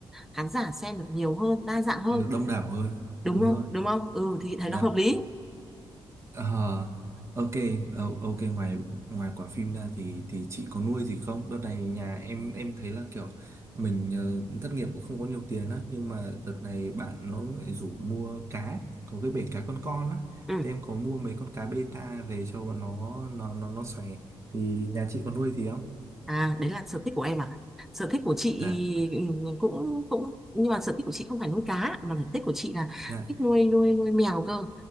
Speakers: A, in the centre; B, on the right.
A: khán giả xem được nhiều hơn đa dạng hơn
B: nó đông đảo hơn
A: đúng
B: đúng
A: không
B: rồi
A: đúng không ừ thì thấy
B: dạ
A: nó hợp lý
B: Ờ, ok ờ, ok ngoài ngoài quả phim ra thì thì chị có nuôi gì không? Đợt này nhà em em thấy là kiểu mình ờ, thất nghiệp cũng không có nhiều tiền á nhưng mà đợt này bạn nó lại rủ mua cá có cái bể cá con con á
A: ừ
B: thì em có mua mấy con cá beta về cho bọn nó nó nó nó xòe thì nhà chị có nuôi gì không?
A: À, đấy là sở thích của em à? Sở thích của chị
B: Dạ
A: ừ, cũng cũng nhưng mà sở thích của chị không phải nuôi cá mà sở thích của chị là
B: dạ
A: thích nuôi nuôi nuôi mèo cơ.